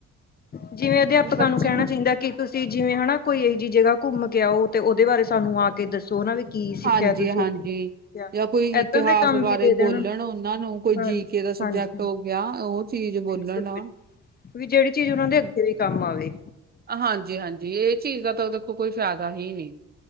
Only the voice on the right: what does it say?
ਬੱਚੇ
ਹਾਂਜੀ-ਹਾਂਜੀ।
ਜਾਂ ਕੋਈ
ਇਤਿਹਾਸ
ਬਾਰੇ
ਬੋਲਣ ਓਨਾਂ ਨੂੰ, ਕੋਈ
ਜੀ ਕੇ ਦਾ
ਸਬਜੈਕਟ ਹੋ ਗਿਆ, ਉਹ ਚੀਜ਼
ਬੋਲਣ ਆ।
ਹਾਂਜੀ-ਹਾਂਜੀ, ਇਹ ਚੀਜ਼ ਦਾ ਤਾਂ ਦੇਖੋ ਕੋਈ ਫ਼ਾਇਦਾ ਹੀ ਨੀ।